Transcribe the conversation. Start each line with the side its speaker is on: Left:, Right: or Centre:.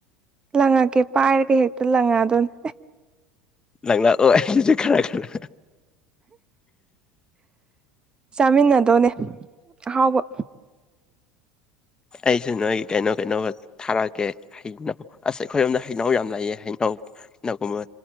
Right: ꯂꯪꯉꯛꯀꯦ ꯄꯥꯏꯔꯒ ꯍꯦꯛꯇ ꯂꯪꯉꯛꯗꯣꯏꯅꯦ
Left: ꯂꯪꯂꯛꯑꫭ ꯑꯣꯁꯨ ꯈꯔ ꯈꯔ
Right: ꯆꯥꯃꯤꯟꯅꯗꯧꯅꯦ ꯑꯍꯥꯎꯕ
Left: ꯑꯩꯁꯨ ꯅꯣꯏꯒꯤ ꯀꯩꯅꯣ ꯀꯩꯅꯣꯒ ꯊꯥꯔꯛꯑꯀꯦ ꯍꯩꯅꯧ ꯑꯁ ꯑꯩꯈꯣꯏꯔꯣꯝꯗ ꯍꯩꯅꯧ ꯌꯥꯝ ꯂꯥꯛꯑꯦ ꯍꯩꯅꯧꯒꯨꯝꯕ